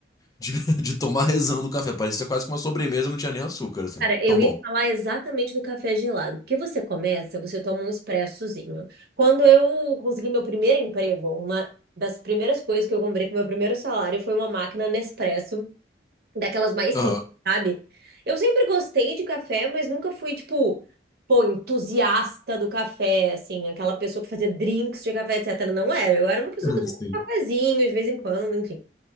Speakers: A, on the left (about 20°); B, on the right (about 55°).
A: de, <laughs> de tomar rezando o café. Parecia quase que uma sobremesa, não tinha nem açúcar, assim.
B: Cara, eu
A: Tão
B: ia
A: bom.
B: falar exatamente do café gelado. Porque você começa, você toma um expressozinho. Quando eu consegui meu primeiro emprego, uma das primeiras coisas que eu comprei com meu primeiro salário foi uma máquina Nespresso daquelas mais
A: Aham.
B: simples, sabe? Eu sempre gostei de café, mas nunca fui, tipo, pô, entusiasta do café, assim, aquela pessoa que fazia drinks de café, etc. Não era. Eu era uma pessoa
A: <laughs>
B: que tomava
A: Sim.
B: cafezinho de vez em quando, enfim.